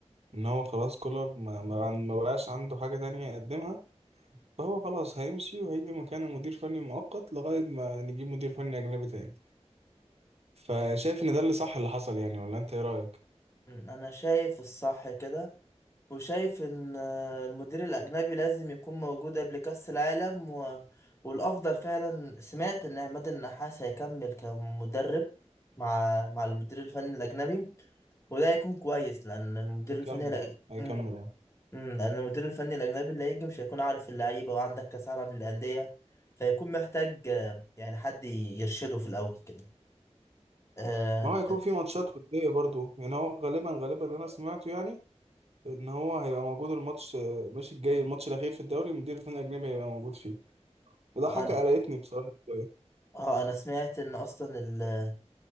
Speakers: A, on the right; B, on the left.
A: ان هو خلاص كولر ما ما عن- ما بقاش عنده حاجة تانية يقدمها فهو خلاص هيمشي وهيجي مكانه مدير فني مؤقت لغاية ما نجيب مدير فني اجنبي تاني فشايف ان ده اللي صح اللي حصل يعني ولا انت ايه رأيك
B: مم، انا شايف الصح كده وشايف ان اه، المدير الاجنبي لازم يكون موجود قبل كاس العالم و... والافضل فعلا سمعت ان عماد النحاس هيكمل كمدرب مع مع المدير الفني الاجنبي وده هيكون كويس لان المدير
A: هيكمل
B: الفني الأج-
A: هيكمل
B: مم،
A: يعني
B: امم لان المدير الفني الاجنبي اللي هيجي مش هيكون عارف اللعيبه وعندك كاس عالم للانديه فيكون محتاج آه، يعني حد يرشده في الاول كده آه
A: ما هو هيكون في ماتشات ودية برضه يعني هو غالبا غالبا اللي انا سمعته يعني ان هو هيبقى موجود الماتش مش الجاي الماتش الاخير في الدوري مدير الفني الاجنبي هيبقى موجود فيه وده
B: انا
A: حاجه قلقتني بصراحه شوية.
B: اه انا سمعت ان اصلا ال-